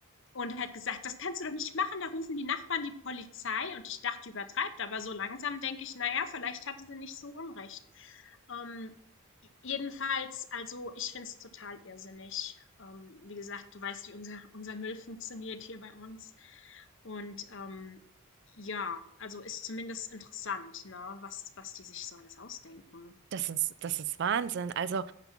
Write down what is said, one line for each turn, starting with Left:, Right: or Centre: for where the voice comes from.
Left: Und hat gesagt, das kannst du doch nicht machen, da rufen die Nachbarn die Polizei. Und ich dachte, übertreibt, aber so langsam denke ich, naja, vielleicht hatte sie nicht so Unrecht. Ähm, jedenfalls, also ich finde es total irrsinnig. Ähm, wie gesagt, du weißt, wie unser, unser Müll funktioniert hier bei uns. Und ähm, ja, also ist zumindest interessant, ne, was, was die sich so alles ausdenken.
Right: Das ist, das ist Wahnsinn. Also